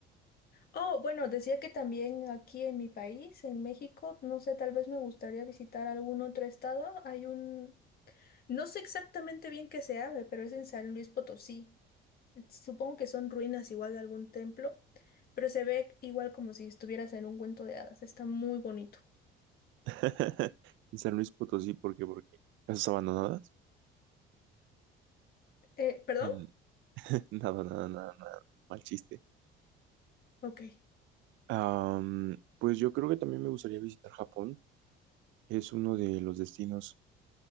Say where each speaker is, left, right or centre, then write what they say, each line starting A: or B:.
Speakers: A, on the left; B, on the right.
A: Oh, bueno, decía que también aquí en mi país, en México, no sé, tal vez me gustaría visitar algún otro estado. Hay un, no sé exactamente bien qué se abre, pero es en San Luis Potosí. Supongo que son ruinas igual de algún templo, pero se ve igual como si estuvieras en un cuento de hadas. Está muy bonito.
B: <laughs> En San Luis Potosí, ¿por qué? Porque casas abandonadas.
A: Eh, ¿perdón?
B: En- <laughs> Nada, nada, nada, nada. Mal chiste.
A: Ok.
B: Am, pues yo creo que también me gustaría visitar Japón. Es uno de los destinos